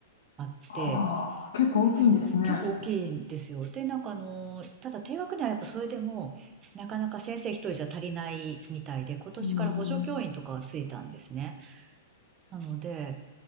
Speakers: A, on the right; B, on the left.
A: あって、
B: ああ、結構大きいんですね。
A: で、結構大きいんですよ。で、なんかあの、ただ低学年はやっぱそれでも、なかなか先生一人じゃ足りないみたいで、今年から補助教員とかがついたんですね。
B: うーん。
A: なので、